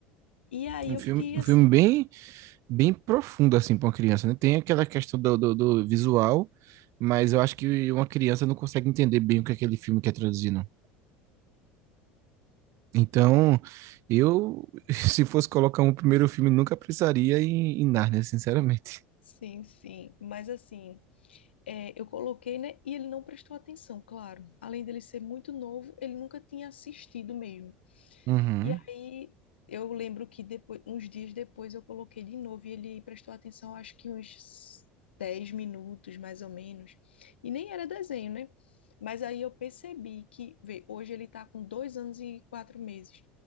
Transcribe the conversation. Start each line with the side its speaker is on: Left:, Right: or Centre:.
Left: E aí
Right: Um
Left: eu
Right: filme,
Left: fiquei
Right: um
Left: assim,
Right: filme bem, bem profundo, assim, pra uma criança, né? Tem aquela questão do, do, do visual, mas eu acho que uma criança não consegue entender bem o que aquele filme quer traduzir, não. Então, eu, <laughs> se fosse colocar um primeiro filme, nunca precisaria em, em Nárnia, sinceramente.
Left: sim, sim, mas assim, é, eu coloquei, né? E ele não prestou atenção, claro. Além dele ser muito novo, ele nunca tinha assistido mesmo.
Right: Uhum.
Left: E aí eu lembro que depois, uns dias depois eu coloquei de novo e ele prestou atenção, acho que uns 10 minutos mais ou menos. E nem era desenho, né? Mas aí eu percebi que, vê, hoje ele tá com dois anos e quatro meses.